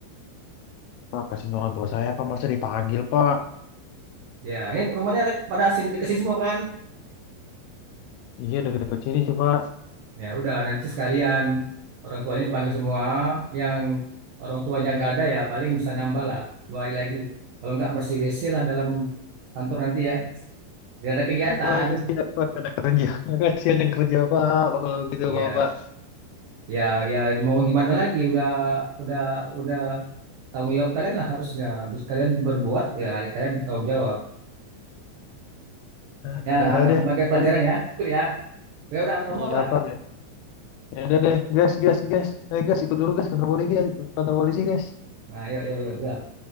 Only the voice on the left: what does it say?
Pak, kasihan orang tua saya Pak, masa dipanggil Pak?
Iya, deket-deket sini sih Pak.
Aduh, Pak, kasihan Pak, ada kerja. Nggak Kasihan yang kerja Pak, Pak, kalau gitu
Pak, Pak.
Ah,
ya udah
deh.
dan
Iya
Pak, ya udah deh. Gas, gas, gas. Eh, gas, ikut dulu gas, kantor polisi, guys. kantor polisi guys.